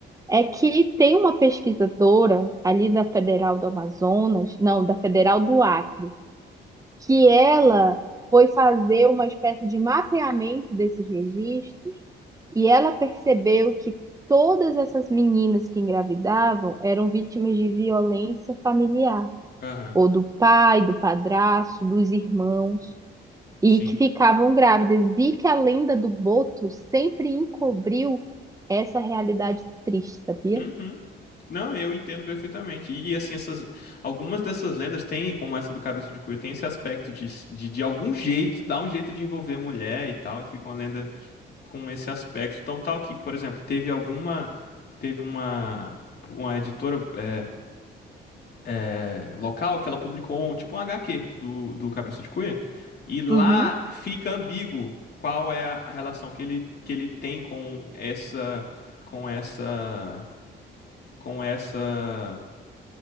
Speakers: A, on the right; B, on the left.
A: É que tem uma pesquisadora ali da Federal do Amazonas, não, da Federal do Acre, que ela foi fazer uma espécie de mapeamento desses registros e ela percebeu que todas essas meninas que engravidavam eram vítimas de violência familiar,
B: Aham.
A: ou do pai, do padrasto, dos irmãos, e
B: Sim.
A: que ficavam grávidas, e que a lenda do boto sempre encobriu essa realidade triste, sabia?
B: Uhum. Não, eu entendo perfeitamente. E assim, essas, algumas dessas lendas têm, como essa do Cabeça de Cuia, tem esse aspecto de, de, de algum jeito, dar um jeito de envolver a mulher e tal, e fica uma lenda com esse aspecto tão tal que, por exemplo, teve alguma, teve uma, uma editora é, é, local que ela publicou tipo um HQ do, do Cabeça de Cuia e lá
A: Uhum.
B: fica ambíguo qual é a a relação que ele, que ele tem com essa, com essa, com essa